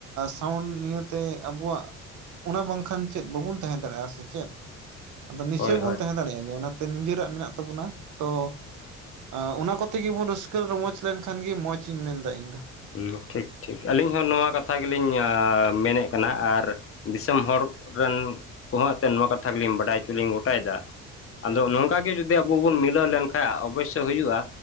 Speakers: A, on the right (about 55°); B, on the left (about 35°).
A: ᱥᱟᱣᱩᱱᱰ ᱱᱤᱭᱟᱹ ᱛᱮ ᱟᱵᱚᱣᱟᱜ ᱚᱱᱟ ᱵᱟᱝᱠᱷᱟᱱ ᱪᱮᱫ ᱵᱟᱵᱚᱱ ᱛᱟᱦᱮᱸ ᱫᱟᱲᱮᱭᱟᱜ-ᱟ ᱥᱮ ᱪᱮᱫ? ᱟᱫᱚ ᱱᱤᱥᱪᱳᱭ
B: ᱦᱳᱭ ᱦᱳᱭ
A: ᱵᱚᱱ ᱛᱟᱦᱮᱸ ᱫᱟᱲᱮᱭᱟᱜ ᱜᱮᱭᱟ ᱚᱱᱟᱛᱮ ᱱᱤᱡᱮᱨᱟᱜ ᱢᱮᱱᱟᱜ ᱛᱟᱵᱚᱱᱟ᱾ᱛᱚ ᱮ ᱚᱱᱟ ᱠᱚᱛᱮ ᱜᱮᱵᱚᱱ ᱨᱟᱹᱥᱠᱟᱹ ᱨᱚᱢᱚᱡᱽ ᱞᱮᱱᱠᱷᱟᱱ ᱜᱮ ᱢᱚᱸᱡᱽ ᱤᱧ ᱢᱮᱱᱫᱟ ᱤᱧ ᱫᱚ᱾
B: ᱦᱩᱸ ᱴᱷᱤᱠ ᱴᱷᱤᱠ ᱟᱹᱞᱤᱧ ᱦᱚᱸ ᱱᱚᱣᱟ ᱠᱟᱛᱷᱟ ᱜᱤᱞᱤᱧ ᱢᱮᱱᱮᱫ ᱠᱟᱱᱟ, ᱟᱨ ᱫᱤᱥᱚᱢ ᱦᱚᱲ ᱨᱮᱱ ᱠᱚᱦᱚᱸ ᱮᱱᱛᱮᱫ ᱱᱚᱣᱟ ᱠᱟᱛᱷᱟ ᱜᱮᱞᱤᱧ ᱵᱟᱰᱟᱭ ᱦᱚᱪᱚ ᱞᱤᱧ ᱜᱚᱴᱟᱭᱮᱫᱟ ᱟᱫᱚ ᱱᱚᱝᱠᱟ ᱜᱮ ᱡᱩᱫᱤ ᱟᱵᱚ ᱵᱚᱱ ᱢᱤᱞᱟᱹᱣ ᱞᱮᱱᱠᱷᱟᱡ ᱚᱵᱚᱥᱥᱚᱭ ᱦᱩᱭᱩᱜ-ᱟ,